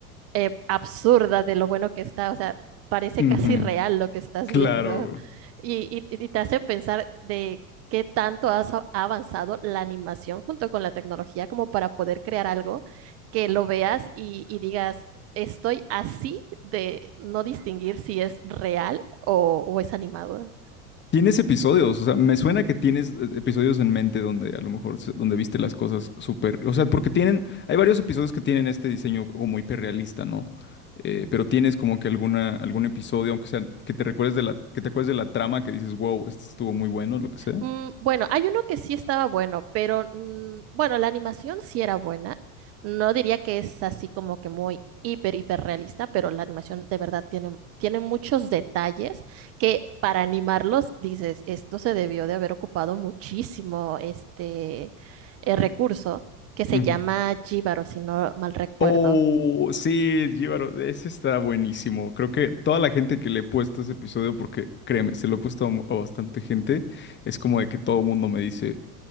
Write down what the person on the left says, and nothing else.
ujú,
claro.
Tienes episodios, o sea, me suena que tienes eh, episodios en mente donde a lo mejor se- donde viste las cosas súper, o sea, porque tienen, hay varios episodios que tienen este diseño como hiperrealista, ¿no? Eh, pero tienes como que alguna, algún episodio, aunque sea que te recuerdes de la, que te acuerdes de la trama, que dices, wow, este estuvo muy bueno, lo que sea.
Ujú.
Oh, sí, Jíbaro, ese está buenísimo. Creo que toda la gente que le he puesto ese episodio, porque créeme, se lo he puesto a, mu- a bastante gente, es como de que todo el mundo me dice,